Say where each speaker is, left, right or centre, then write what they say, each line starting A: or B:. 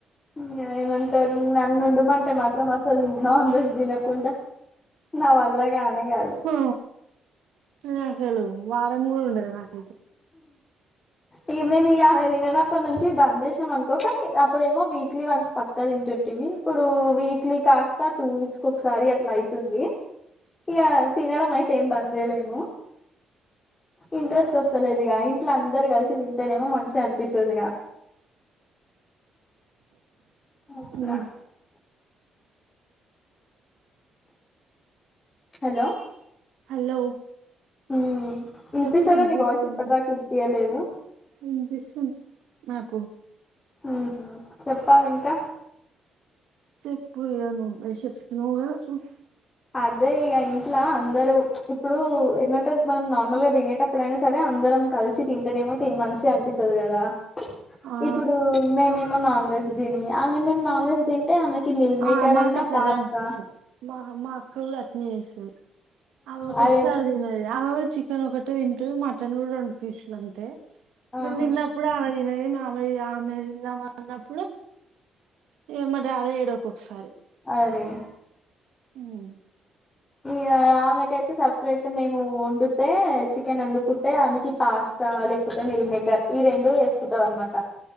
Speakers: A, on the left (about 25°); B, on the right (about 80°).
A: ఉ ఏమంటారు నన్ను ఉండుమంటే మాత్రం అసలు నాన్ వెజ్ తినకుండా నా వల్ల కానే కాదు
B: ఓ నేను అసలు వారం కూడా ఉండదు నాకు
A: ఇగ మేము ఆ మేది చిన్నప్పుడు నుంచి బంద్ చేసినాం అనుకో కానీ అప్పుడేమో వీక్లీ వన్స్ పక్కా తింటుంటిమి ఇప్పుడు వీక్లీ కాస్తా టూ వీక్స్ ఒకసారి అట్లా అయితుంది ఇక తినడం అయితే ఏం బంద్చేయలేము ఇంట్రెస్ట్ వస్తలేదు ఇగ ఇంట్లో అందరూ కలిసి తింటేనేమో మంచిగా అనిపిస్తదిగా ఇప్పుడ
B: ఉమ్.
A: హలో
B: హలో
A: ఉ ఇనిపిస్తేలేదు
B: చెప్పు వినిపిస్తుంది
A: నీ వాయిస్ ఇప్పటిదాక ఇనిపియ్యలేదు
B: వినిపిస్తుంది నాకు
A: ఉహు చెప్పాలి ఇంకా
B: చెప్పు ఇగ నువ్వే చెప్తున్నావ్ గా ఊప్
A: అదే ఇగ ఇంట్లో అందరూ ఇప్పుడు ఏమంటారు మనం నార్మల్ గా తినేటప్పుడు అయినా సరే అ అందరం కలిసి తింటేనేమో తిని మంచిగా అనిపిస్తది కదా
B: ఆ
A: ఇప్పుడు మేమేమో నాన్ వెెజ్ తిని ఆమె మేమో నాన్ వెెజ్ తింటే ఆమెకి మిల్ మేకర్
B: ఆ మాకాట్లా
A: అన్నా పాస్తా
B: రన్ సు అమ్మా మా అక్క కూడా అట్నే చేస్తది అ ఒ ఒక్కొక్కసారి
A: అదే
B: తినది ఆమె కూడా చికెన్ ఒకటే తింటది మటన్ కూడా రెండు పీసులు అంతే నేను
A: ఆహా
B: తిన్నప్పుడే ఆమె తినది ఆమెది ఆమె తిందామన్నప్పుడు ఇగ మా డాడి తెడు ఒక్కొక్కసారి
A: అరే
B: ఉమ్.
A: ఇంక ఆమెకయితే సపరేట్ మేము వండుతే చికెన్ వండుకుంటే ఆమెకి పాస్తా ఉంటే మిల్మేకర్ ఈ రెండు వేసుకుంటది అన్నమాట